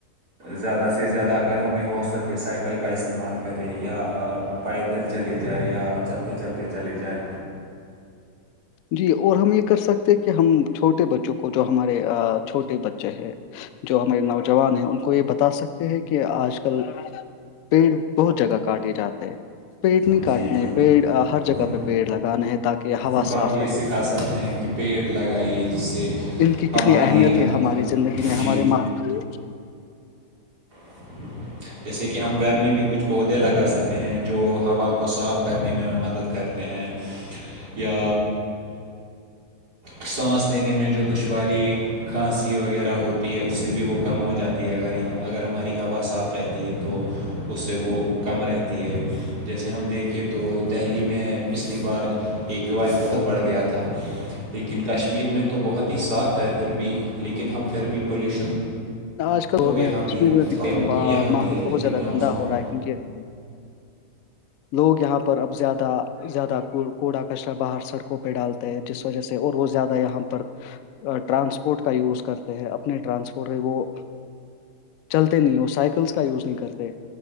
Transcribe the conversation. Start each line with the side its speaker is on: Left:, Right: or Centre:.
Right: زیادہ سے زیادہ اگر ہمیں ہو سکے سائیکل کا استعمال کرے یا پیدل چلیے جائے یا چلتے چلتے چلی جائے
Left: جی اور ہم یہ کر سکتے ہیں کہ ہم چھوٹے بچوں کو جو ہمارے چھوٹے بچے ہیں جو ہمارے نوجوان ہیں ان کو یہ بتا سکتے ہیں کہ آج کل پیڑ بہت جگہ کاٹے جاتے پیڑ نہیں
Right: جی
Left: کاٹنے
Right: جی
Left: پیڑ ہر جگہ
Right: ان
Left: پہ پیڑ لگانے ہیں تاکہ ہوا
Right: ان کو
Left: صاف
Right: ہم یہ
Left: رہے
Right: سکھا سکتے ہیں کہ پیڑ لگائیے جس سے
Left: ان کی کتنی
Right: ہماری
Left: اہمیت ہے ہماری زندگی
Right: جی
Left: <inaudible>
Right: <inaudible> جیسے کہ ہم گھر میں بھی کچھ پودے لگا سکتے ہیں جو ہوا کو صاف کرنے میں ہم مدد کرتے ہیں یا سانس لینے میں جو دشواری کھانسی وغیرہ ہوتی ہے اس سے بھی وہ کم ہو جاتی ہے ا اگر ہماری ہوا صاف رہتی ہے تو اس سے وہ کم رہتی ہے جیسے ہم دیکھیں تو دہلی میں پچھلی بار اے کیو آئی بہت بڑھ گیا تھا لیکن کشمیر میں تو بہت ہی صاف ہے پھر بھی لیکن ہم پھر بھی پولیوشن
Left: آج کل دور
Right: تو
Left: میں
Right: یہاں
Left: کشمیر
Right: بھی ہے
Left: میں
Right: آلودگی
Left: بہت- آ،
Right: یہاں
Left: ماحول
Right: بھی ہے
Left: بہت
Right: لیکن
Left: زیادہ
Right: اس
Left: گندا
Right: کو
Left: ہو
Right: ہم
Left: رہا ہے کیونکہ لوگ یہاں پر اب زیادہ زیادہ کوڑا کچر باہر سڑکوں پہ ڈالتے جس وجہ سے اور وہہ زیادہ یہاں پر ٹرانسپورٹ کا یوز کرتے ہیں اپنے ٹرانسپورٹ وہ چلتے نہیں وہ سائیکلس کا یوز نہیں کرتے